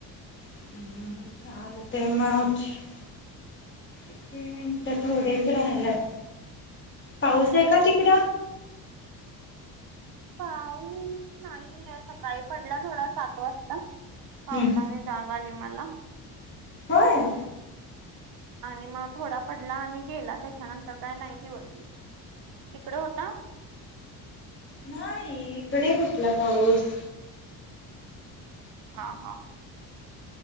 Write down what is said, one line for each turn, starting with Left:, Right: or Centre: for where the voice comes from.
Left: हम्म मग ते <unintelligible> तीन मिनिट थोडेच राहिल्यात, पाऊस आहे का तिकड?
Right: पाऊस नाही आहे, सकाळी पडला थोडा, सात वाजता, पावसाने
Left: हम्म
Right: जाग, आली मला,
Left: होय,
Right: आणि मग, थोडा पडला आणि गेला, त्याच्यानंतर काय नाही दिवस भर, तिकडं होता?
Left: नाही, इकडे कुठला पाऊस,
Right: हा, हा,